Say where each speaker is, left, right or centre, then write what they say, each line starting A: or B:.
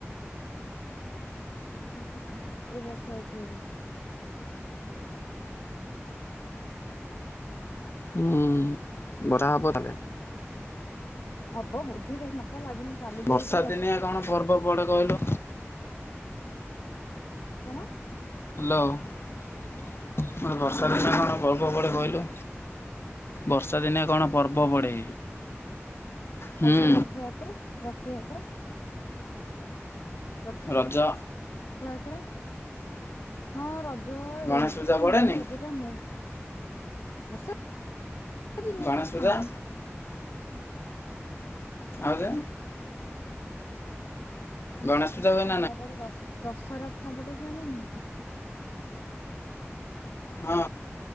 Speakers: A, on the left; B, on the left.
A: <unintelligible> ରେ ବର୍ଷା ଉଠେଇଛି। <unintelligible>
B: ହୁଁ ବରା ହବ ତାହେଲେ
A: ହବ ବୋଧେ କାଇଁ ମତେ ତ ଲାଗୁନି କାଲି ଦେଖୁଛୁ
B: ବର୍ଷା
A: ବର୍ଷ
B: ଦିନିଆ କଣ ପର୍ବ ପଡ଼େ କହିଲୁ?
A: କଣ?
B: ହ୍ୟାଲୋ <unintelligible>
A: କଣ
B: ବର୍ଷା
A: କହିଲୁ
B: ଋତୁରେ କଣ ପର୍ବ ପଡ଼େ କହିଲୁ? ବର୍ଷା ଦିନେ କଣ ପର୍ବ ପଡ଼େ? ହୁଁ
A: କାଲି ତ ରଥଯାତ୍ରା ରଥଯାତ୍ରା ର
B: ରଜ।
A: ଥଯାତ୍ରା ହଁ ରଜ
B: ଗଣେଶ
A: ଏତେ
B: ପୂଜା ପଡ଼େନି
A: ନୁହେଁ ରଜ ଟା ମୋ ବର୍ଷା ଦିନେ
B: ଗଣେଶ ପୂଜା।
A: ହଁ
B: ଆଉ ଜା ଗଣେଶ ପୂଜା ହୁଏନି
A: <unintelligible> ପଟେ ଦଶ ଦଶହରା ତମ ପଟେ ହୁଏ ନା ନାଇଁ?
B: ହଁ